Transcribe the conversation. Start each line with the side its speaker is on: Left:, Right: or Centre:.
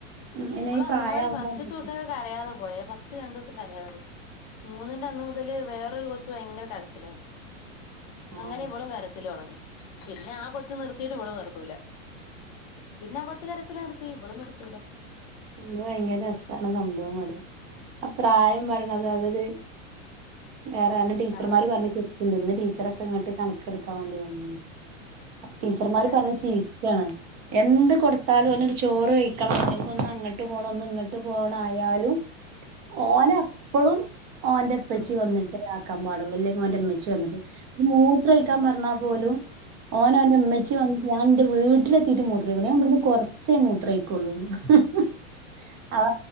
Right: പിന്നെ
Left: ഇവള്
Right: ഈ
Left: അംഗൻവാടി
Right: പ്രായാവുമ്പോ
Left: ഫസ്റ്റ്
Right: നമ്മക്ക്
Left: തുൂസൊകെ കരയാതെ പോയ ഫസ്റ്റ് റ്റ രണ്ടുസം കരയാതെ പോയി മൂന്നിന്റെ അന്ന് മുതല് വേറൊരു കൊച്ചു ഭയങ്കര കരച്ചിലായിരുന്നു
Right: ആഹ്
Left: അങ്ങനെ ഇവളും കരച്ചിലൊടങ്ങി പിന്നെ ആ കൊച്ച നിർത്തിയിട്ട് ഇവളും നിർത്തൂല പിന്നെ ആ കൊച്ച ചില് നിർത്തി വെള് നിർത്തൂല
Right: അയ്ന് ഭയങ്കര രസാണ് സംഭവം അടെ അപ്രായം പറേണത് അത് അവര് വേറെ അവന്റെ ടീച്ചർമാര്
Left: ആഹ്
Right: പറഞ്ഞു ചിരിച്ചിണ്ടിന്ന് ടീച്ചറൊക്കെ ഇങ്ങട്ട് കണക്കെടുക്കാൻ വേണ്ടി വന്നിന്നു അപ്പ ടീച്ചർമാര്
Left: ആഹ്
Right: പറഞ്ഞ് ചീയിപ്പിക്കാണ് എന്ത് കൊടുത്താലും ഓനൊരു ചോറ് കഴിക്കണംെ ഒന്നങ്ങട്ട് പോണു ഒന്ന് ഇങ്ങട്ട് പോണായാലും ഓനപ്പളും ഓന്റെപ്പച്ചി
Left: ഉം
Right: വന്നട്ടല്ലെ ആക്കാൻപാടുള്ളൂ ഇല്ലെങ്കി ഓന്റെ ഇമ്മച്ചി വന്നട്ട് ഒരു മൂത്രൊഴിക്കാൻ
Left: ഉം
Right: പറഞ്ഞാ പോലും ഓനോന്റെമ്മച്ചി വന്നിട്ട് ഞാൻ ന്റെ വീട്ടിലെത്തിയിട്ട് മൂത്രക്കു ഞാൻവിടുന്ന് കുറച്ചേ മൂത്രയ്ക്കൊള്ളൂ ന്ന് ഹ അവ